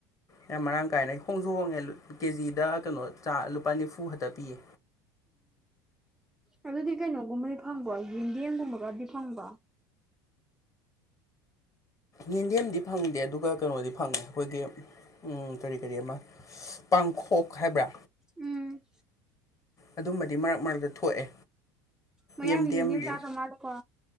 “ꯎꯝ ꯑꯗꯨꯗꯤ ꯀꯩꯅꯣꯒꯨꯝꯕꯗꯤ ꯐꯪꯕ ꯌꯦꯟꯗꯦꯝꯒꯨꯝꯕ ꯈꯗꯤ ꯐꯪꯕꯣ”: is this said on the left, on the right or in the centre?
Centre